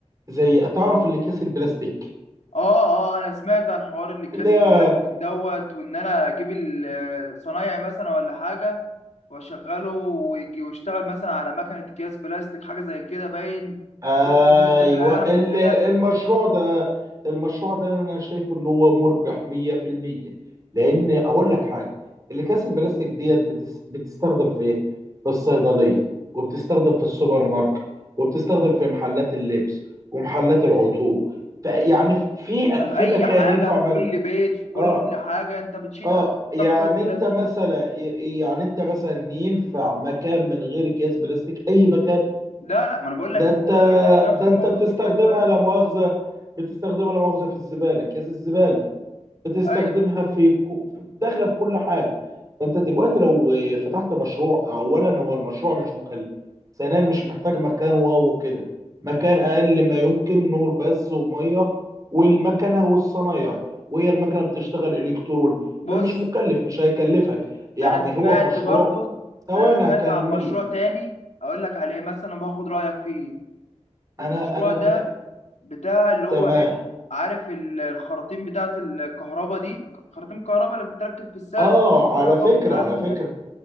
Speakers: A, on the right; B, on the left.
A: زي تعرف اللي كيس البلاستيك
B: اه اه انا سمعت عن حوار اللي كاس
A: اللي هي
B: البلاستيك دوت وان انا اجيب الصنايعي مثلا ولا حاجه واشغله ويجي ويشتغل مثلا على مكنه اكياس بلاستيك حاجه زي كده باين
A: ايوه
B: واجيب فيه ماده خام
A: ال-
B: وكده
A: المشروع ده المشروع ده انا شايفه ان هو مربح 100% لان اقول لك حاجه الاكياس البلاستيك ديت بتس بتستخدم في ايه في الصيدليه وبتستخدم في السوبر ماركت وبتستخدم في محلات اللبس ومحلات العطور فيعني في
B: انت في
A: في
B: اي
A: مكان
B: حاجه
A: ينفع
B: في
A: من
B: كل بيت في كل
A: اه
B: حاجه انت بتشيل
A: اه
B: حاجه
A: يعني
B: تحطها في كاس بلاستيك
A: انت مثلا يعني انت مثلا ينفع مكان من غير اكياس بلاستيك اي مكان
B: لا لا ما انا بقول
A: ده
B: لك انت
A: انت
B: في بيتك نفسه
A: ده انت
B: موجود
A: بتستخدمها
B: في كاس بلاستيك
A: لا مؤاخذه بتستخدمها لا مؤاخذه في الزباله كيس الزباله بتستخدمها
B: اي
A: في كو- في- داخله في كل حاجه فانت دلوقتي لو فتحت مشروع اولا هو المشروع مش مكلف ثانيا مش محتاج مكان واو وكده مكان اقل ما يمكن نور بس وميه والمكنه والصنايعي وهي المكنه بتشتغل الكتروني
B: بص
A: فمش مكلف مش هيكلفك يعني
B: انا سمعت
A: هو مشروع
B: برضو
A: ثواني
B: انا سمعت
A: هكمل
B: عن مشروع
A: لك.
B: تاني اقول لك عليه مثلا باخد رايك فيه
A: انا
B: المشروع
A: انا
B: ده
A: بك
B: بتاع اللي هو
A: تمام
B: ايه عارف ال- الخراطيم بتاعة الكهرباء دي خراطيم الكهرباء اللي بتتركب في السقف
A: اه
B: كهرباء
A: على فكرة
B: والكلام
A: على
B: من
A: فكرة
B: ده